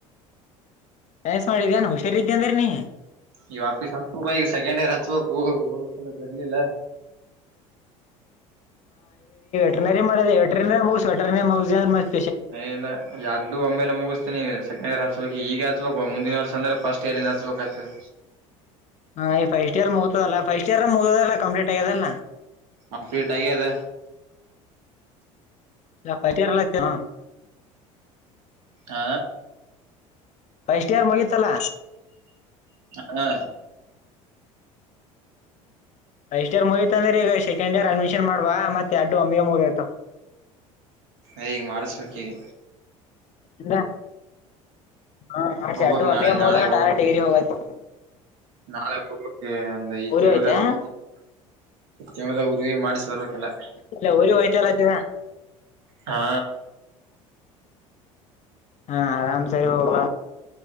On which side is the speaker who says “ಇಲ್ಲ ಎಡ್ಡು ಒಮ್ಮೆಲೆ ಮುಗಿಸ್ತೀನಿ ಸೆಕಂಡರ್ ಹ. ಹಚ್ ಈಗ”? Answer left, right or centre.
Right